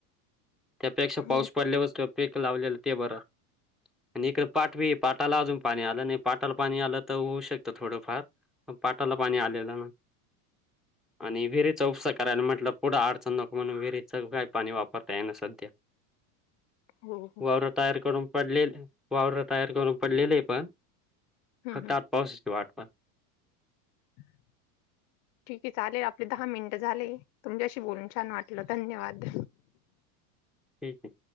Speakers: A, in the centre; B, on the left.
A: त्यापेक्षा
B: हो
A: पाऊस पडल्यावर पीक लावलेलं ते बर आणि इकडं पाट बी पाटाला अजून पाणी आलं नाही पाटाला पाणी आलं तर होऊ शकतं थोडंफार पाटाला पाणी आलेलं ना आणि विहिरीचा उपसा करायला म्हटलं पुढं अडचण नक म्हणून विहिरीचं काय पाणी वापरता ये ना सध्या.
B: हो. हो
A: पूर्ण तयार करून पडलेले आहे वावर तयार करून पडलेले पण
B: हम्म
A: फक्त
B: हम्म
A: आता पाऊसाची वाट पहात.
B: <unintelligible> ठीक आहे चालेल आपले दहा मिनट झाले तुमच्याशी बोलून छान वाटलं धन्यवाद.
A: ठीक आहे.